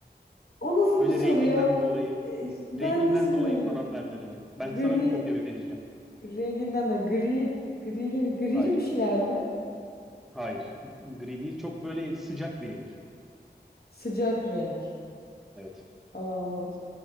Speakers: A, on the left (about 60°); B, in the centre.
A: O nasıl
B: Böyle
A: bir soru
B: renginden
A: ya?
B: dolayı
A: Ben
B: renginden
A: nasıl
B: dolayı
A: biliyorum?
B: falan derler hani. Ben
A: Gri
B: sana kopya vereceğim.
A: renginden de gri grili grili
B: Hayır.
A: bir şeyler mi?
B: Hayır. Gri değil çok böyle sıcak bir renk.
A: Sıcak renk.
B: Evet.
A: Aa,